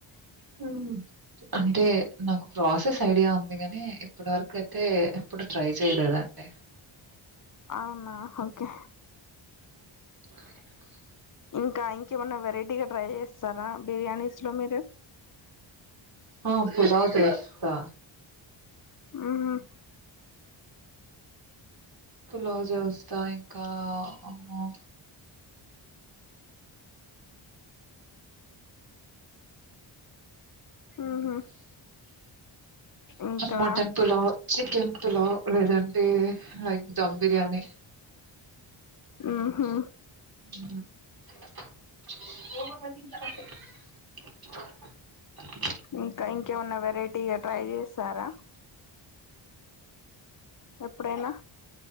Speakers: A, on the right (about 45°); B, on the left (about 40°).
A: హ్మ్. అంటే నాకు ప్రాసెస్ ఐడియా ఉంది అందుకని ఇప్పడు వరకు అయితే ఎప్పుడు ట్రై చేయలేదండి
B: అవునా ఓకే
A: <unintelligible>
B: ఇంకా ఇంకేమన్నా వెరైటీగా ట్రై చేస్తారా బిర్యానీస్ లో మీరు
A: హ పులావు తో చేస్తా
B: ఉమ్
A: పులావు జెస్తా ఇంకా అమ్మో
B: ఉహు ఇంకా
A: మటన్ పులావ్, చికెన్ పులావ్ లేదంటే లైక్ ధమ్ బిర్యానీ.
B: ఉహు
A: <unintelligible>
B: ఇంక ఇంకేమన్నా వెరైటీగా ట్రై చేసారా. ఎప్పుడైనా